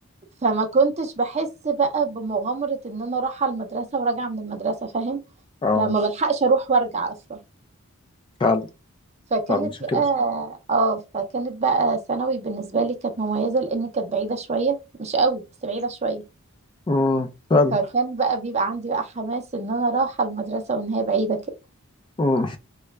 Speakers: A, on the right; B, on the left.
A: فما كنتش بحس بقى بمغامرة ان انا رايحة المدرسة وراجعة من المدرسة فاهم
B: اه
A: لا ما بلحقش اروح وارجع اصلا
B: فعلا
A: فكانت
B: فعلا عشان
A: بقى
B: كده
A: اه فكانت بقى ثانوي بالنسبة لي كانت مميزة لان كانت بعيدة شوية مش قوي بس بعيدة شوية
B: امم فعلا
A: فكان بقى بيبقى عندي بقى حماس ان انا رايحة المدرسة وان هي بعيدة كده
B: امم